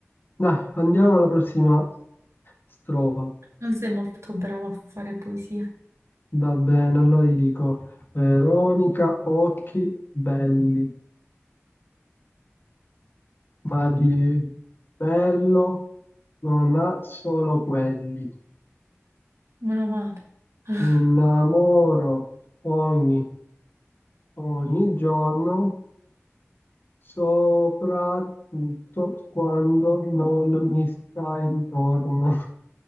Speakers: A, on the left (about 45°); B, on the right (about 80°).
A: Dai, andiamo alla prossima strofa.
B: Non sei molto bravo a fare poesia.
A: Va bene, allora gli dico, Veronica, occhi belli, ma di bello non ha solo quelli.
B: Meno male. <laughs>
A: Mi innamoro ogni, ogni giorno soprattutto quando non mi sta intorno.